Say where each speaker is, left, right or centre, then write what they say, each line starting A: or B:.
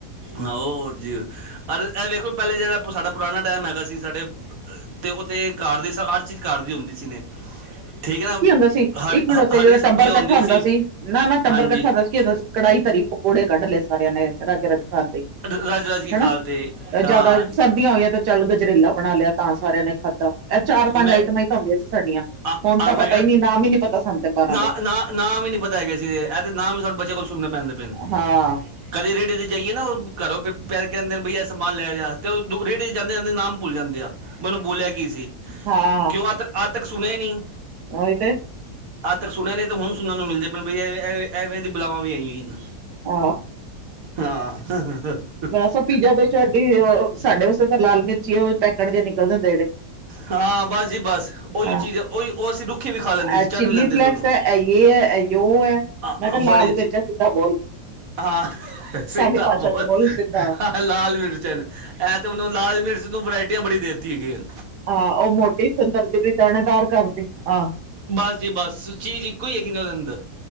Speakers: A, on the right; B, on the right.
A: ਹੋਰ ਜੀ ਅ ਇਹ ਵਖੋ ਪਹਿਲੇ ਜਿਹੜਾ ਸਾਡਾ ਪੁਰਾਣਾ ਟਾਈਮ ਹੈਗਾ ਸੀ ਸਾਡੇ, ਤੇ ਉਤੇ ਘਰ ਦੀ ਹਰ ਚੀਜ਼ ਕਾਰ ਦੀ ਹੁੰਦੀ ਸੀ ਨੇ। ਠੀਕ ਹੈ ਨਾ
B: ਕੀ ਹੁੰਦਾ ਸੀ
A: ਹਰ
B: ਇੱਕ ਮਿੰਟ
A: ਹ-
B: ਉਸੇ
A: ਹਰੀ
B: ਜਦੋਂ
A: ਸਬਜ਼ੀ
B: ਟੱਬਰ ਇਕੱਠਾ
A: ਹੁੰਦੀ
B: ਹੁੰਦਾ ਸੀ ਨਾ ਨਾ ਟੱਬਰ
A: ਹਾਂਜੀ
B: ਇਕੱਠਾ ਹੁੰਦਾ ਸੀ। ਕੀ ਹੁੰਦਾ ਸੀ ਕੜਾਹੀ ਧਰੀ ਪਕੌੜੇ ਕੱਢ ਲਏ ਸਾਰਿਆਂ ਨੇ ਰਜ ਰਜ ਖਾਂਦੇ।
A: ਰ- ਰਜ ਰਜ ਕੀ
B: ਹੈਨਾ
A: ਖਾਲ ਤੇ
B: ਜਿਆਦਾ
A: ਹਾਂ
B: ਸਰਦੀਆਂ ਹੋਈਆਂ ਤੇ। ਚੱਲ ਗਜਰੇਲਾ ਬਣਾ ਲਿਆ ਤਾਂ ਸਾਰਿਆਂ ਨੇ ਖਾਧਾ ਇਹ ਚਾਰ ਪੰਜ
A: ਉਹ ਮੈਂ
B: ਆਈਟਮਾਂ ਹੀ ਤਾਂ ਆਉਂਦੀਆਂ ਸੀ ਸਾਡੀਆਂ
A: ਆ-
B: ਹੁਣ
A: ਆ
B: ਤਾਂ
A: ਮੈਂ
B: ਪਤਾ
A: ਕਹਿੰਦਾ
B: ਹੀ ਨੀ ਨਾਮ ਹੀ ਨੀ ਪਤਾ ਸਾਨੂੰ ਬਾਲਾਂ ਦੇ।
A: ਨਾ ਨਾਮ ਹੀ ਨੀ ਪਤਾ ਹੈਗੇ ਸੀ, ਇਹ ਤੇ ਨਾਮ ਵੀ ਸਾਨੂੰ ਬੱਚੇ ਕੋਲ ਸੁਣਨੇ ਪੈਣਦੇ ਪੈ ਨੇ
B: ਹਾਂ
A: ਕਦੇ ਰੇੜੇ ਤੇ ਜਾਈਏ ਨਾ ਉਹ ਘਰੋਂ ਪੈ ਕਹਿੰਦੇ ਬਈ ਯੇ ਸਮਾਨ ਲੈ ਆ, ਰੇੜੇ ਤੇ ਜਾਂਦੇ-ਜਾਂਦੇ ਨਾਮ ਭੁੱਲ ਜਾਂਦੇ। ਮੈਨੂੰ ਬੋਲਿਆ ਕੀ ਸੀ,
B: ਹਾਂ
A: ਕਿਉਂ ਆ ਤ ਅੱਜ ਤੱਕ ਸੁਣਿਆ ਹੀ ਨਹੀਂ।
B: ਉਹੀ ਤੇ
A: ਅੱਜ ਤੱਕ ਸੁਣਿਆ ਨੇ ਤੇ ਹੁਣ ਸੁਣ ਨੂੰ ਮਿਲਦੇ ਪਿਆ, ਐਵੇਂ ਦੀ ਬੁਲਾਵਾਂ ਵੀ ਹੇਗੀਆ
B: ਆਹ
A: ਹਾਂ।
B: ਬਸ ਉਹ ਪੀਜ਼ਾ ਦੇਡੀ ਸਾਡੇ ਵਾਸਤੇ ਤਾਂ ਲਾਲ ਮਿਰਚ ਆ ਪੈਕਟ ਜਹੇ ਨਿਕਲਦੇ ਹੁੰਦੇ ਜਿਹੜੇ
A: ਹਾਂ ਬਸ ਜੀ ਬਸ, ਉਹੀ
B: ਹਾਂ
A: ਚੀਜ਼ ਐ, ਓਹੀ ਉਹ ਅਸੀਂ ਰੁੱਖੀ ਵੀ ਖਾ ਲੈਂਦੇ
B: ਇਹ
A: ਸੀ ਝੱਟ
B: ਚਿੱਲੀ
A: ਵੀ ਲੈਂਦੇ
B: ਫਲੈਕਸ
A: ਸੀ ਉਹਨੂੰ।
B: ਹੈ ਇਹ ਹੈ ਇਹ ਉਹ ਹੈ,
A: ਆ, ਆ,
B: ਮੈਂ ਕਿਹਾ ਲਾਲ
A: ਬੜੀ ਚ-
B: ਮਰਚਾ ਸਿੱਧਾ ਬੋਲ।
A: ਹਾਂ ਸਿੱਧਾ
B: ਸਾਡੀ ਭਾਸ਼ਾ
A: ਬੋਲ,
B: ਚ ਸਿੱਧਾ
A: ਲਾਲ ਮਿਰਚਾਂ ਨੇ ਐ ਤਾਂ ਲਾਲ ਮਿਰਚ ਨੂੰ ਵਰਾਇਟੀਆਂ ਬੜੀ ਦੇ ਦਿੱਤੀ ਹੈਗੀਨੇ।
B: ਆਹ ਉਹ ਮੋਟੀ ਥੁੰਦਰਦੀ ਵੀ ਦਾਣੇਦਾਰ ਕਰਦੀ ਆ।
A: ਬਸ ਜੀ ਬਸ, ਚੀਜ਼ ਇੱਕੋ ਹੀ ਹੈਗੀ ਉਨ੍ਹਾਂ ਦੇ ਅੰਦਰ।